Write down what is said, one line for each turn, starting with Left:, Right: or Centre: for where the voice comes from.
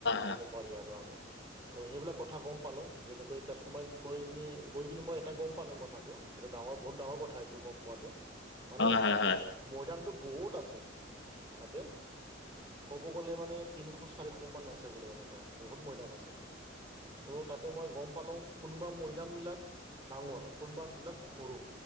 Left: হয়, হয়,
Right: ক'ব
Left: হয়, হয়, হয়,
Right: পাৰি আৰু আমি। ত' সেইবিলাক কথা গম পালো যেনেকৈ তাত মই গৈ কিনি গৈ কিনে মই এটা গম পালো কথাটো এটো ডাঙৰ বহুত ডাঙৰ কথা এইটো গম পোৱাটো, মানে-
Left: হয়,
Right: মৈদামটো বহুত আছে তাতে। ক'ব গ'লে মানে তিনিশ চাৰিশ মান আছে বোলে এনেকা বহুত মৈদাম আছে। ত তাতে মই গম পালো কোনোবা মৈদাম বিলাক ডাঙৰ, কোনোবা বিলাক সৰু।